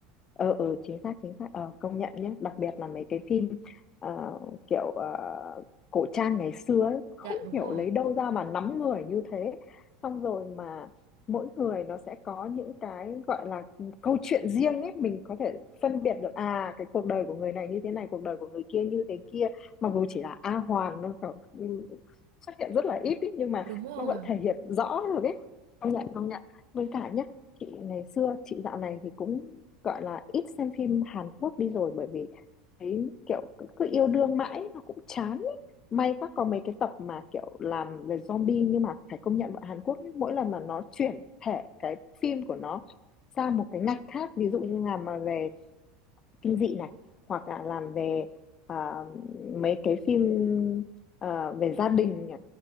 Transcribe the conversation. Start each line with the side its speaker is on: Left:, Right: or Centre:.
Left: ờ ờ chính xác chính xác ờ công nhận nhé đặc biệt là mấy cái phim ờ, kiểu ờ, cổ trang ngày xưa ấy không
Right: dạ đúng
Left: hiểu
Right: rồi
Left: lấy đâu ra mà nắm người như thế xong rồi mà mỗi người nó sẽ có những cái gọi là câu chuyện riêng ấy mình có thể phân biệt được à cái cuộc đời của người này như thế này cuộc đời của người kia như thế kia mặc dù chỉ là A Hoàn nó kiểu, ừ, xuất hiện rất là ít ý, nhưng mà
Right: đúng rồi
Left: nó vẫn thể hiện rõ được ấy công nhận công nhận với cả nhé chị ngày xưa chị dạo này thì cũng gọi là ít xem phim Hàn Quốc đi rồi bởi vì thấy kiểu cứ, cứ yêu đương mãi nó cũng chán ý. May quá có mấy cái tập mà kiểu làm về zombie nhưng mà phải công nhận bọn Hàn Quốc nhá, mỗi lần mà nó chuyển thể cái phim của nó sang một cái ngạch khác ví dụ như là mà về kinh dị này hoặc là làm về à, mấy cái phim à, về gia đình nhỉ?